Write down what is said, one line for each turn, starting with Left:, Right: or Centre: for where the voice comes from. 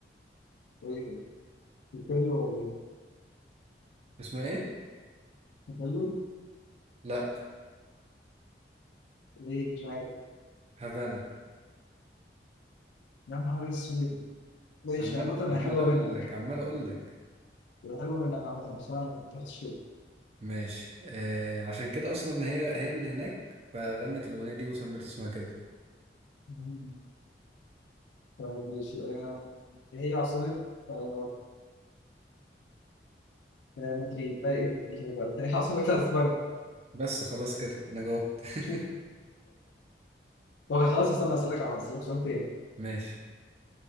Left: ايه كده كوبيلو ولا ايه
Right: اسمها ايه
Left: كوبيلو
Right: لا
Left: ايه مش عارف
Right: هافانا
Left: يا نهار اسود ماشي
Right: عمال
Left: عامة
Right: عمال
Left: هي حلوة
Right: اقول
Left: منك
Right: لك عمال اقول لك
Left: هي حلوة منك عامة بصراحة ما فكرتش كده
Right: ماشي آه عشان كده اصلا هي هي من هناك فغنت الاغنيه دي وسمت اسمها كده
Left: مم. طيب ماشي آه، هي عاصمة آه، آه، مدريد هي ايه ده ايه ده بقى؟ هي عاصمة اسبانيا
Right: بس خلاص كده انا جاوبت <laughs>
Left: <laughs> طب خلاص استنى اسألك على اسألك سؤال تاني
Right: ماشي